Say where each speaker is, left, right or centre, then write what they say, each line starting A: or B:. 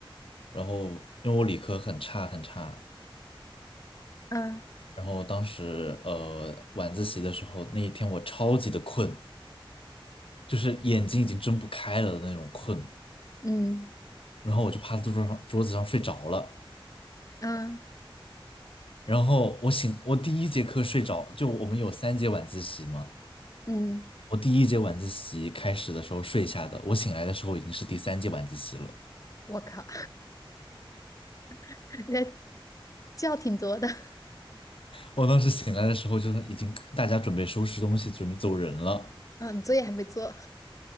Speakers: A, on the left; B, on the left.
A: 然后因为我理科很差很差，
B: 嗯
A: 然后当时呃晚自习的时候，那一天我超级的困，就是眼睛已经睁不开了的那种困。
B: 嗯
A: 然后我就趴在桌子上桌子上睡着了。
B: 嗯
A: 然后我醒，我第一节课睡着，就我们有三节晚自习嘛，
B: 嗯，
A: 我第一节晚自习开始的时候睡下的，我醒来的时候已经是第三节晚自习了。
B: 我靠，<laughs> 那觉挺多的，<laughs>
A: 我当时醒来的时候，就是已经大家准备收拾东西，准备走人了。
B: 嗯，作业还没做，